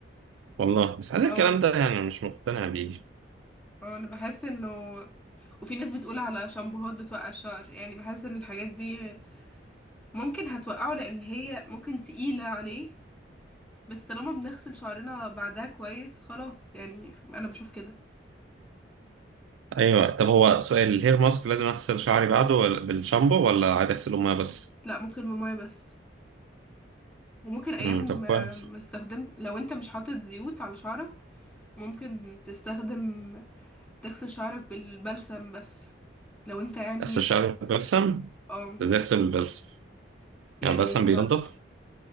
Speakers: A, on the right; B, in the centre.
A: والله بس عايز
B: اه
A: الكلام ده يعني مش مقتنع بيه
B: اه انا بحس انه وفي ناس بتقول على شامبوهات بتوقع الشعر يعني بحس ان الحاجات دي ممكن هتوقعه لان هي ممكن تقيلة عليه بس طالما بنغسل شعرنا بعدها كويس خلاص يعني انا بشوف كده
A: ايوه طب هو سؤال الهير ماسك لازم اغسل شعري بعده ولا- بالشامبو ولا عادي اغسله ميه بس
B: لا ممكن بمية بس وممكن ايام
A: امم طب
B: ما
A: كويس
B: ما استخدم لو انت مش حاطط زيوت على شعرك ممكن تستخدم تغسل شعرك بالبلسم بس لو انت يعني
A: اغسل شعري بالبلسم
B: اه
A: ده زي اغسل بالبلسم
B: يعني
A: يعني البلسم
B: تحط
A: بينضف